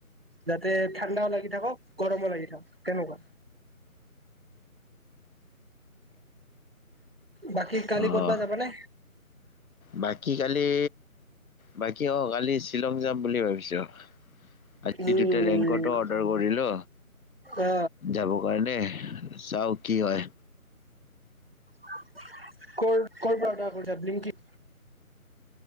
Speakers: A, on the right; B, on the left.
A: যাতে ঠাণ্ডাও লাগি থাকক, গৰমো লাগি থাকক তেনেকুৱা। বাকী কালি
B: অ',
A: ক'তবা যাবানে?
B: বাকী কালি বাকী অ', কালি শ্বিলং যাম বুলি ভাবিছোঁ। আজি
A: উম
B: দুটা ৰেংকটো অৰ্ডাৰ কৰিলোঁ।
A: অ
B: যাবৰ কাৰণে, চাওঁ কি হয়।
A: ক'ৰ, ক'ৰ পৰা অৰ্ডাৰ কৰিলা ব্লিংকি?